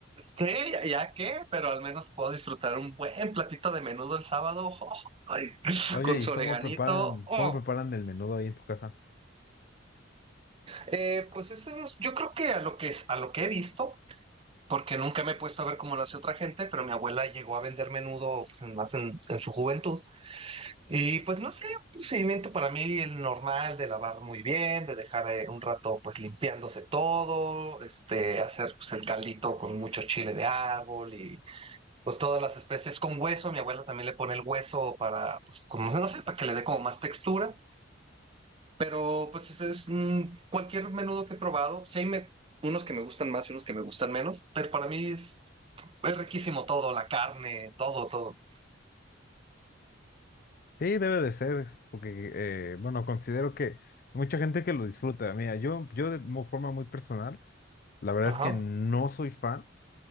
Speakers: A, on the right; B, on the left.
A: Sí, ya, ya qué, pero al menos puedo disfrutar un buen platito de menudo el sábado. <laughs> oh, ay,
B: <laughs> Oye,
A: con
B: ¿y
A: su
B: cómo
A: oreganito.
B: preparan,
A: oh.
B: cómo preparan el menudo ahí en tu casa?
A: Eh, pues eso es- yo creo que a lo que, a lo que he visto. porque nunca me he puesto a ver cómo lo hace otra gente, pero mi abuela llegó a vender menudo pues, en- más en, en su juventud. Y pues no sé, un procedimiento para mí el normal de lavar muy bien, de dejar eh, un rato pues limpiándose todo, este, hacer pues el caldito con mucho chile de árbol y pues todas las especies con hueso. Mi abuela también le pone el hueso para pues como no sé, para que le dé como más textura. Pero pues ese es mm, cualquier menudo que he probado. Sí, hay me- unos que me gustan más y unos que me gustan menos, pero para mí es es riquísimo todo, la carne, todo, todo.
B: Sí, debe de ser, es porque, eh, bueno, considero que hay mucha gente que lo disfruta. Mira, yo, yo de mo- forma muy personal, la verdad
A: Ajá.
B: es que no soy fan